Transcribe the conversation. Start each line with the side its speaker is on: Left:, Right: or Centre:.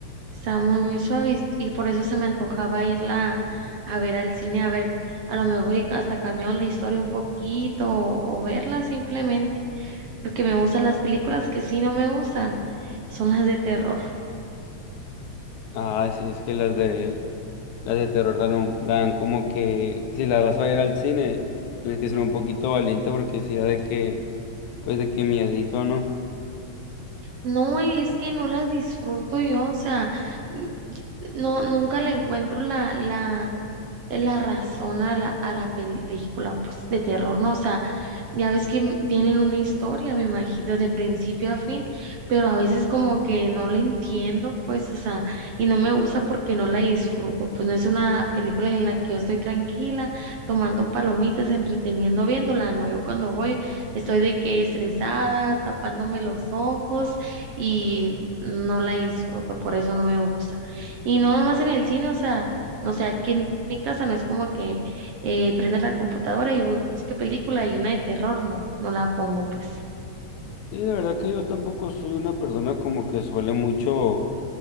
Right: Está muy, muy suave y, y por eso se me antojaba irla a ver al cine, a ver, a lo mejor y hasta cambiaron la historia un poquito o, o verla simplemente, porque me gustan las películas que sí no me gustan, son las de terror.
Left: Ah, sí, es que las de las de terror dan, un- dan como que si las vas a ir al cine, tienes que ser un poquito valiente porque sea de que, pues de que miedito, ¿no?
Right: No, es que no las disfruto yo, o sea, y- no, nunca le encuentro la, la, la razón a la, a la película, pues, de terror, ¿no? O sea, ya ves que m- tienen una historia, me imagino, de principio a fin, pero a veces como que no la entiendo, pues, o sea, y no me gusta porque no la disfruto, pues no es una película en la que yo estoy tranquila, tomando palomitas, entreteniendo, viéndola, no, yo cuando voy estoy de que estresada, tapándome los ojos y no la disfruto, por eso no me gusta. Y no nomás en el cine, o sea... No sé, aquí en mi casa no es como que eh, prenda la computadora y busque película y una de terror, no, no la pongo pues.
Left: Sí, la verdad que yo tampoco soy una persona como que suele mucho,